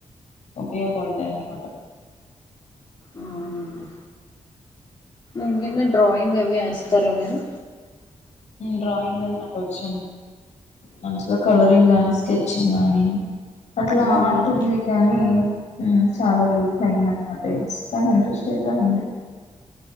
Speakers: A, on the left; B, on the left.
A: ఉపయోగపడతాయ్ అనమాట
B: అవునండి ఇంకేంటి డ్రాయింగ్ అవి వేస్తారా మీరు
A: డ్రాయింగ్ మీద నాకు వచ్చి మంచిగా కలరింగ్ గాని స్కెచింగ్ గానీ అట్లా
B: హ్మ్.
A: ఆట్ ఉంది కానీ చాలా రోజులు అయింది అనమాటసి కాని ఇంట్రెస్ట్ అయిత ఉంది